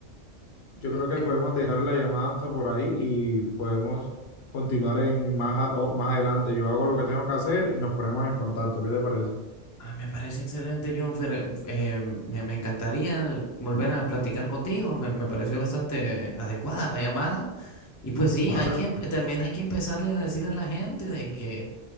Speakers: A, on the left; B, on the left.
A: yo
B: eh,
A: creo que podemos dejar la llamada hasta por ahí y podemos continuar en más, a- o- más adelante. Yo hago lo que tengo que hacer y nos ponemos en contacto. ¿Qué te parece?
B: Ah, me parece excelente, John. Fer- eh, me, me encantaría volver a platicar contigo. Me, me pareció bastante adecuada la llamada. Y pues sí,
A: ¿Vale?
B: hay que, empe- también hay que empezarle a decir a la gente de que,